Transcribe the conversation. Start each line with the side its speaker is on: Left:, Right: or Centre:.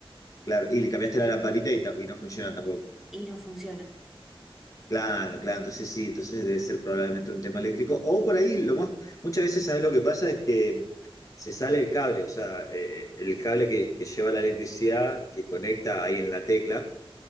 Left: Claro, y le cambiaste la lamparita y, ta- y no funciona tampoco.
Centre: y no funciona.
Left: Claro, claro, entonces sí, entonces debe ser probablemente un tema eléctrico. O por ahí, lo más, muchas veces, ¿sabes lo que pasa? Es que se sale el cable, o sea, eh, eh, el cable que, que lleva la electricidad, que conecta ahí en la tecla,